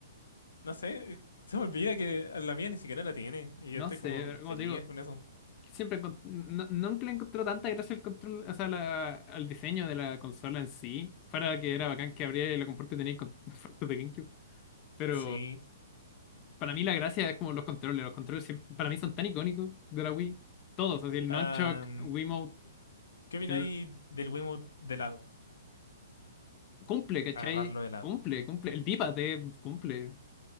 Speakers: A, on the left; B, on the left.
A: No sé, se me olvida que la mía ni siquiera la tiene. Y
B: no
A: yo estoy
B: sé,
A: como
B: pero como
A: feliz
B: te digo,
A: con eso.
B: siempre encont- no, nunca le encontró tanta gracia al control, o sea, la- al diseño de la consola en sí. Para que era bacán que abriera y la comporte tenía con <laughs> fotos de GameCube. Pero
A: Sí.
B: para mí la gracia es como los controles. Los controles siempre- para mí son tan icónicos de la Wii. Todos, así el
A: Ah,
B: Nunchuk, Wiimote,
A: ¿qué opináis
B: el
A: del Wiimote de lado?
B: cumple, ¿cachai?
A: Agarrarlo de lado.
B: Cumple, cumple. El D-pad eh, cumple.